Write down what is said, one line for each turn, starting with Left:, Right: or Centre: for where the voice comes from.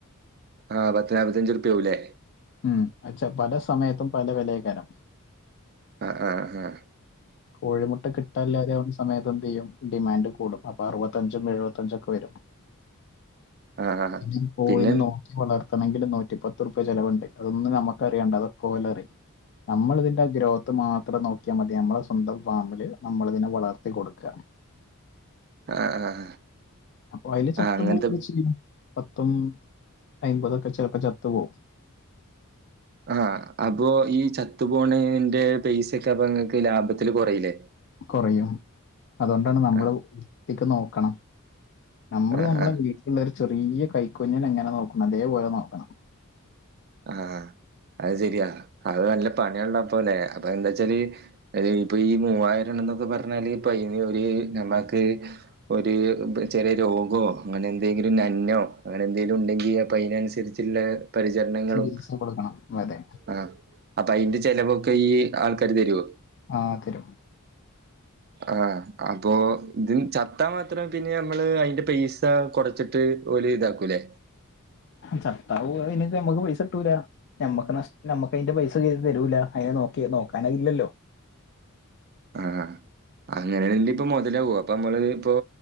Right: ആഹ് പത്ത്നാപത്തഞ്ച് റുപ്‌യാവുംല്ലേ
Left: ഉം അച്ഛ പല സമയത്തും പല വെലയ്ക്കാരം
Right: ആഹ് ആഹ് ആഹ്
Left: കോഴിമുട്ട കിട്ടാൻല്ലാതെ ആവ്ന്ന സമയത്ത് എന്തെയ്യും ഡിമാൻഡ് കൂടും അപ്പൊ അർവത്തഞ്ചും എഴു വത്തഞ്ചും ഒക്കെ വെരും.
Right: <inaudible> ആ
Left: ഈ കോയിനെ
Right: പിന്നെ
Left: നോക്കി വളർത്തണെങ്കിൽ നൂറ്റിപ്പത്ത്ർപ്യ ചെലവ്ണ്ട്. അതൊന്നും നമ്മക്ക് അറിയണ്ട അതൊക്കെ ഓലറിയും നമ്മളിതിന്റെ ഗ്രോത്ത് മാത്രം നോക്കിയാ മതി നമ്മളെ സ്വന്തം ഫാമില് നമ്മളിതിനെവളർത്തി കൊടുക്ക.
Right: ആഹ് ആഹ്
Left: അപ്പൊ അതില് ചത്തു
Right: ആഹ് അങ്ങൻത്തെപ്
Left: പോവുക ചെയ്യും പത്തും അയ്മ്പതൊക്കെ ചെലപ്പം ചത്ത് പോവും.
Right: ആഹ് അപ്പൊ ഈ ചത്തുപോണേന്റെ പൈസൊക്കെ അപ്പൊ ങ്ങക്ക് ലാഭത്തിൽ കൊറീല്ലേ.
Left: കൊറയും അതോണ്ടാണ് നമ്മൾ
Right: ആ
Left: വിർത്തിക്ക് നോക്കണം. നമ്മള്
Right: ആ
Left: നമ്മളെ
Right: ആ
Left: വീട്ടിൽള്ളൊരു ചെറിയ കൈകുഞ്ഞിനെ എങ്ങനെ നോക്കുന്നത് അതേപോലെ നോക്കണം.
Right: ആ അത് ശെരിയാ അത് നല്ല പണിയ്ള്ളപ്പല്ലെ അപ്പൊന്താച്ചാല് അഹ് ഇപ്പൊ ഈ മൂവായിരം ണ്ട് ന്നൊക്കെ പർഞ്ഞാൽ പയ്ൻ ഒരു നമ്മാക്ക് ഒര് പ് ചെലേ രോഗോ അനന്തെങ്കിലും നന്നോ അങ്ങനെ ന്തേലും ഉണ്ടെങ്കിൽ അപ്പൊ അയിനൻസരിച്ള്ള പ ജനങ്ങളും
Left: ചികിത്സ കൊടുക്കണം അതെ
Right: ആ അപ്പൊ അയിന്റെ ചെലവൊക്കെ ഈ ആൾക്കാര് തരോ?
Left: ആ തരും
Right: ആ അപ്പൊ ഇതിൽ ചത്ത് ത്താ മാത്രം പിന്നെ നമ്മള് അയിന്റെ പൈസ കൊറച്ചിട്ട് ഓൽ ഇതാക്കൂല്ലേ
Left: ചത്താവു അയിൻ ല്ലെ നമ്മക്ക് പൈസ കിട്ടൂല നമ്മക്ക് നഷ് നമ്മക്ക് അയിന്റെ പൈസ ചെയ്ത് തരൂല്ല അയിനെ നോക്കി നോക്കാനത് ല്ലല്ലോ
Right: ആ അങ്ങനെയങ്കി ഇപ്പൊ മൊതലവോ അപ്പൊമ്മളള് ഇപ്പോ